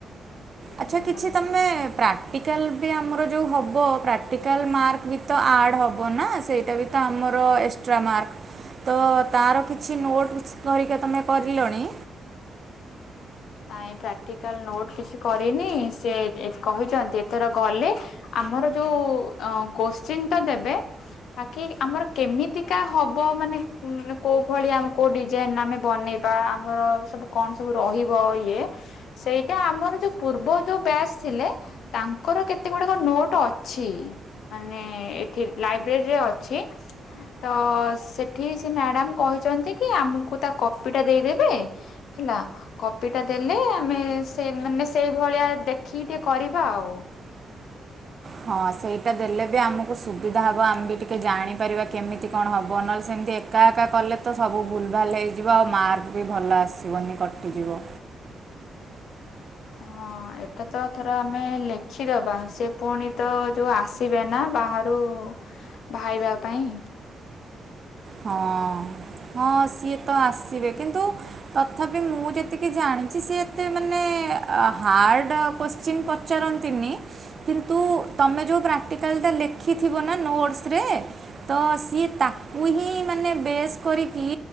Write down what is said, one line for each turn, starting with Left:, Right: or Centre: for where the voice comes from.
Right: ଆଚ୍ଛା
Left: ହୁଁ।
Right: କିଛି ତମେ ପ୍ରାକ୍ ଟିକାଲ ହେଲେ ବି ଆମର ଯୋଉ ହଵ ପ୍ରାକ୍ଟିକାଲ ମାର୍କ ବି ତ ଆର୍ଡ। ହବ ନା ସେଇଟା ବି ତ ଆମର ଏସେ ଏସେଟ୍ରା ମାର୍କ ତ ତାର କିଛି ନୋଟ୍ <unintelligible> କରିକି ତମେ କରିଲଣି।
Left: ନାଇଁ ପ୍ରାକ୍ଟିକାଲ ନୋଟ କିଛି କରିନି ସେ ଏ କହିଛନ୍ତି ଏଥର ଗଲେ। ଆମର ଯୋଉ ଅଂ କୋଶ୍ଚିନି୍ ଟା ଦେବେ। ଆଗେ ଆମର କେମିତିକା ହବ ମାନେ <unintelligible> କୋଉ ଭଳିଆ ଆମକୁ ଡିଜାଇନି୍ ଆମେ ବନେଇବୁ। ବା ଆମର ସବୁ କଣ ସବୁ ରହିବ ଇଏ। ସେଇଟା ଆମର ଯୋଉ ପୂର୍ବ ଯୋଉ ବ୍ୟାଚ ଥିଲେ। ତାଙ୍କର କେତେ ଗୁଡାକ ନୋଟ ଅଛି। ମାନେ ଏଠି ଲାଇବ୍ରେରୀ ରେ ଅଛି। ତ ସେଠି ସେ ମ୍ୟାଡାମ କହିଛନ୍ତି କି ଆମକୁ ତା କପି ଟା ଦେଇଦେବେ। ହେଲା। କପି ଟା ଦେଲେ ଆମେ ସେ ମାନେ ସେଇଭଳିଆ ଦେଖିକି ଟିକେ କରିବା ଆଉ।
Right: ହଁ ସେଇଟା ଦେଲେ ବି ଆମକୁ ସୁବିଧା ହେବ। ଆମେ ବି ଟିକେ ଜାଣିପାରିବା କେମିତି କଣ? ହେଵ ନ ହେଲେ ସେମିତି। ଏକା ଏକା କଲେ ତ ସବୁ ଭୁଲ ଭାଲ୍ ହେଇଯିବ। ଆଉ ମାର୍କ ବି ଭଲ ଆସିବନି କଟିଯିବ।
Left: ହଁ ଏଟା ତ ଏଥର ଆମେ ଲେଖିଦବା। ସେ ପୁଣି ତ ଯୋଉ ଆସି। ଥିବେ ନା ବାହାରୁ ଭାଇବା ପାଇଁ।
Right: ହଁ ହଁ ସିଏ ତ ଆସିବେ କିନ୍ତୁ। ତଥାପି ମୁଁ ଯେତିକି ଜାଣିଛି ସି ଏତେ ମାନେ ହାଡ। କୋଶ୍ଚିନ ପଚାରନ୍ତିନି। କିନ୍ତୁ ତମେ ଯେଉଁ ପ୍ରାକ୍ଟିକାଲଟା ଲେଖିଥିବ ନା ନୋଟସରେ। ତ ସିଏ ତାକୁ ହିଁ ମାନେ ବେଶ କରିକି।